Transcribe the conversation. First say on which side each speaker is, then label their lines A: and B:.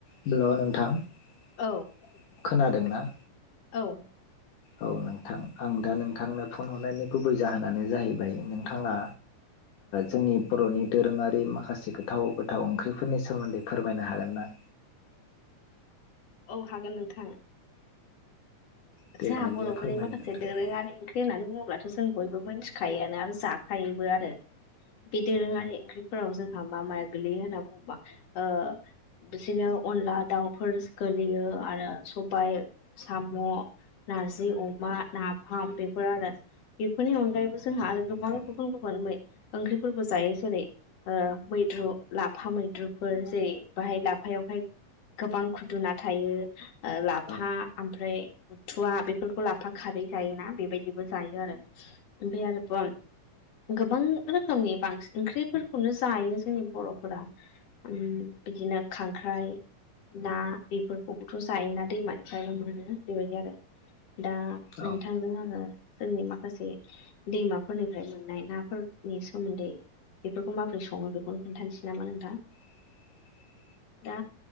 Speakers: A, on the left; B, on the left.
A: हेल' नोंथां <inaudible>
B: औ
A: खोनादों ना?
B: औ।
A: औ नोंथां आं दा नोंथांनो फन हरनायनि गुबै जाहोनानो जाहैबाय नोंथाङा जोंनि बर'नि दोरोङारि माखासे गोथाव गोथाव ओंख्रिफोरनि सोमोन्दै फोरमायनो हागोन ना
B: औ हागोन नोंथां
A: दे
B: जोंहा
A: दानिया
B: बर'फोरनि
A: फोरमायनो
B: माखासे
A: नोंथां
B: दोरोङारि
A: औ
B: ओंख्रि होननानै बुङोब्लाथ' जों बयबो मिथिखायोआनो आरो जाखायोबो आरो बे दोरोङारि ओंख्रिफोराव जोंहा मा मा गोलैयो होनना बुङोबा ओ बिदिनो अनला दाउफोर गोगलैयो आरो सबायाइ, साम' नारजि, अमा, नाफाम बेफोर आरो बेफोरनि अनगायैबो जोंहा आरो गोबां
A: औ
B: गुबुन गुबुन <unintelligible> ओंख्रिफोरबो जायो जेरै ओ मैद्रु लाफा मैद्रुफोर जेरै बाहाय लाफायावहाय गोबां खुदुना थायो ओ लाफा
A: औ
B: ओमफ्राय थुवा बेफोरखौ लाफा खारै जायोना बेबायदिबो जायो आरो ओमफ्राय आरोब गोबां रोखोमनि बांसिन ओंख्रिफोरखौनो जायो जोंनि बर'फोरा उ बिदिनो खांख्राइ ना बेफोरखौबोथ' जायोना दैमानिफ्रायनो मोनो बेबायदि आरो दा
A: औ
B: नोंथांजों आङो जोंनि माखासे दैमाफोरनिफ्राय मोननाय नाफोरनि सोमोन्दै बेफोरखौ माबोरै सङो बेखौ खोनन्थानोसै नामा नोंथां।
A: <inaudible>
B: दा